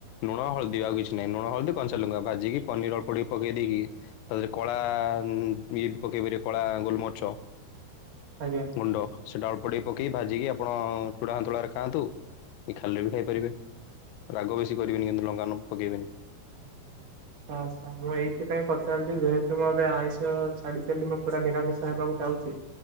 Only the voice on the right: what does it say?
ଆଜ୍ଞା
ଆଚ୍ଛା ଆଚ୍ଛା ମୁଁ ଏଇଥିପାଇଁ ପଚାରିଲି ଯେହେତୁ ମୁଁ ଏବେ ଆଇଁଷ ଛାଡି ସାରିଲି ମୁଁ ପୁରା ନିରାମିଷ ହେବାକୁ ଚାହୁଁଛି